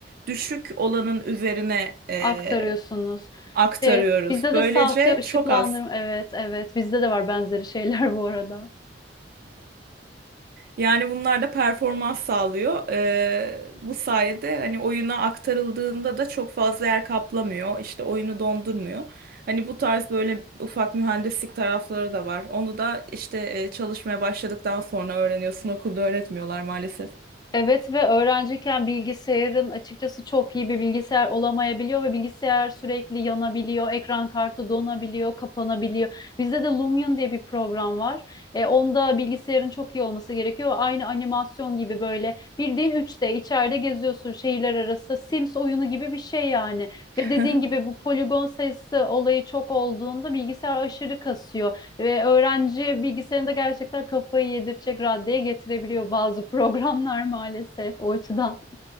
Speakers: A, on the right (about 55°); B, on the left (about 25°).
A: düşük olanın üzerine e,
B: aktarıyorsunuz.
A: aktarıyoruz.
B: Şey, bizde
A: Böylece
B: de sahte ışıklandırma.
A: çok az.
B: Evet, evet. Bizde de var benzeri şeyler <laughs> bu arada.
A: Yani bunlar da performans sağlıyor. E, bu sayede hani oyuna aktarıldığında da çok fazla yer kaplamıyor. İşte oyunu dondurmuyor. Hani bu tarz böyle ufak mühendislik tarafları da var. Onu da işte e, çalışmaya başladıktan sonra öğreniyorsun. Okulda öğretmiyorlar maalesef.
B: Evet ve öğrenciyken bilgisayarın açıkçası çok iyi bir bilgisayar olamayabiliyor ve bilgisayar sürekli yanabiliyor, ekran kartı donabiliyor, kapanabiliyor. Bizde de Lumion diye bir program var. E, onda bilgisayarın çok iyi olması gerekiyor. Aynı animasyon gibi böyle bildiğin 3D içeride geziyorsun şehirler arası Sims oyunu gibi bir şey yani. Ve dediğin
A: <laughs>
B: gibi bu poligon sayısı olayı çok olduğunda bilgisayar aşırı kasıyor. Ve öğrenci bilgisayarında gerçekten kafayı yedirecek raddeye getirebiliyor bazı <laughs> programlar maalesef o açıdan.